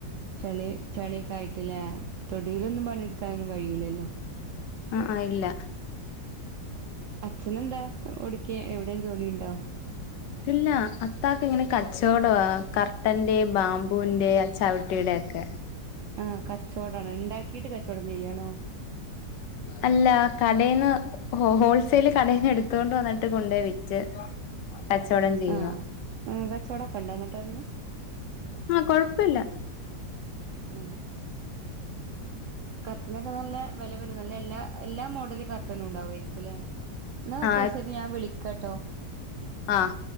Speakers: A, on the right; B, on the left.
A: ചളി ചളിയൊക്ക ആയിട്ടില്ലേ തൊടുവിലൊന്നും പണിടുക്കാനൊന്നും കഴിയൂലല്ലോ.
B: ആഹ് ആഹ് ഇല്ല
A: അച്ഛന് എന്താ ഒടക്ക എവിടെയും ജോലി ഇണ്ടോ?
B: ഇല്ല അത്താക്ക് ഇങ്ങനെ കച്ചവടം കർട്ടന്റെ ബാമ്പൂവിന്റെ ചവിട്ടിയിടെക്കെ.
A: ആഹ് കച്ചൊടിണ് ഇണ്ടാക്കീട്ട് കച്ചൊടം ചെയ്യാണോ?
B: അല്ല കടെന്ന് ഓ ഹോൾസെൽ കടയിന്നെടുത്തൊണ്ട് വന്നിട്ട് കൊണ്ടേ വിറ്റ് കച്ചൊടംചെയ്യ്യോ
A: ആഹ് കച്ചവടൊക്കെ ഉണ്ടോ എന്നിട്ട് അതിന്
B: ആഹ് കൊഴപ്പല്ല.
A: ഉം കർട്ടനൊക്കെ നല്ല വെല വരും നല്ല എല്ലാ എല്ലാ മോഡല് ക ർട്ടനും ഉണ്ടാവയിരിക്കല്ലേ ന്നക്കെ
B: ആ
A: ശരി ഞാൻ വിളിക്കാട്ടോ?
B: ആഹ്